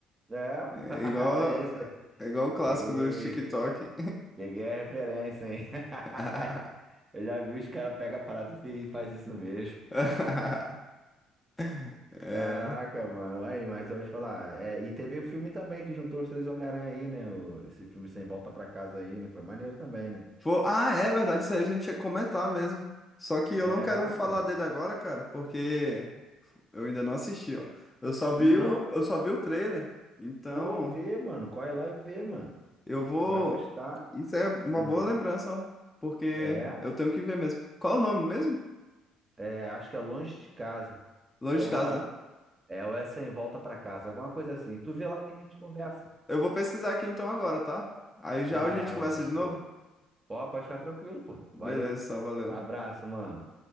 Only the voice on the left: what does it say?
É
igual,
é igual o clássico
dos TikTok.
<laughs>
<laughs> É.
Pô, ah, é verdade, isso aí a gente ia comentar mesmo. Só que eu
não quero falar
dele agora, cara, porque eu ainda não assisti, ó. Eu só vi
o, eu só vi o trailer. Então,
eu vou.
Isso é uma
boa lembrança, ó. Porque
eu tenho que ver mesmo. Qual é o nome mesmo?
Longe
de casa,
né?
Eu vou pesquisar aqui então agora, tá? Aí já
a
gente conversa
de novo?
Beleza,
então, valeu.